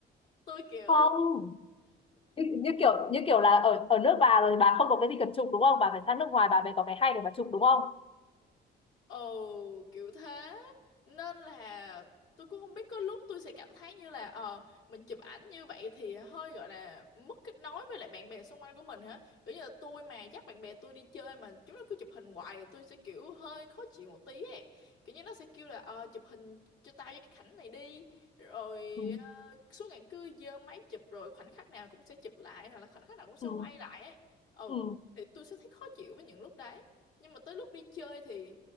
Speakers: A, on the left; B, on the left.
A: tôi kiểu
B: Không. Như, như kiểu như kiểu là ở ở nước bà rồi bà không có cái gì cần chụp đúng không? Bà phải sang nước ngoài bà mới có cái hay để bà chụp đúng không?
A: Ồ kiểu thế Nên là tôi cũng không biết có lúc tôi sẽ cảm thấy như là Ờ mình chụp ảnh như vậy thì hơi gọi là mất kết nối với lại bạn bè xung quanh của mình hả Kiểu như là tôi mà dắt bạn bè tôi đi chơi mà chúng nó cứ chụp hình hoài thì Tôi sẽ kiểu hơi khó chịu một tí ấy Kiểu như nó sẽ kêu là ờ chụp hình cho tao với cái cảnh này đi Rồi
B: Ừ.
A: ờ, suốt ngày cứ giơ máy chụp rồi khoảnh khắc nào cũng sẽ chụp lại Hoặc là khoảnh khắc nào cũng sẽ
B: Ừ.
A: quay lại ấy Ừ
B: Ừ.
A: thì tôi sẽ thấy khó chịu với những lúc đấy Nhưng mà tới lúc đi chơi thì